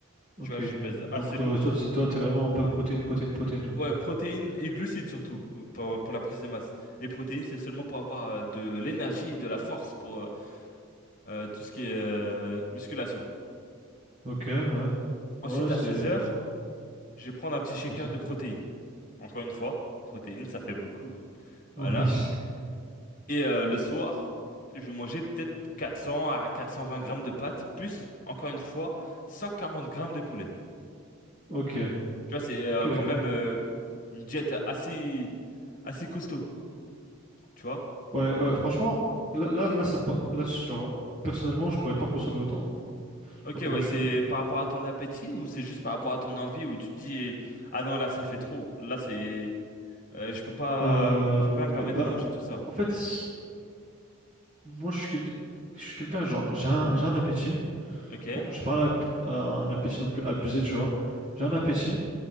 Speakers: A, on the right (about 30°); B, on the left (about 40°).
A: Ok.
B: Tu vois, je pèse
A: Donc
B: assez
A: toi,
B: lourd.
A: toi, c'est toi, t'es vraiment pas protéine, protéine, protéine.
B: Ouais, protéines et glucides surtout, euh, pour, pour la prise de masse. Les protéines, c'est seulement pour avoir euh, de l'énergie, de la force pour, euh, Euh, tout ce qui est euh, musculation.
A: Ok, ouais.
B: Ensuite,
A: Ouais, c'est
B: à seize heures, je vais prendre un petit shaker
A: possible.
B: de protéines. Encore une fois, protéines, ça fait beaucoup.
A: Oui.
B: Voilà.
A: <laughs>
B: Et euh, le soir, je vais manger peut-être 400 à 420 grammes de pâtes, plus, encore une fois, 140 grammes de poulet.
A: Ok.
B: Tu vois, c'est euh,
A: Ok, ok.
B: quand même euh, une diète assez, assez costaud, tu vois.
A: Ouais, ouais, franchement, là, là, là, ça me... par- là, je- genre, personnellement, je pourrais pas consommer autant. hein. Je sais
B: Ok,
A: pas comment
B: ouais,
A: tu
B: c'est
A: fais. hein.
B: par rapport à ton appétit ou c'est juste par rapport à ton envie où tu te dis, ah non, là, ça fait trop. Là, c'est... euh, je peux pas,
A: Euh,
B: je peux pas me permettre
A: bah,
B: de manger tout ça.
A: en fait, moi, je suis quelqu'un, je suis quelqu'un, genre, j'ai un, j'ai un appétit.
B: Ok.
A: Bon, j'ai pas un, ap- un appétit non plus abusé, tu vois. J'ai un appétit,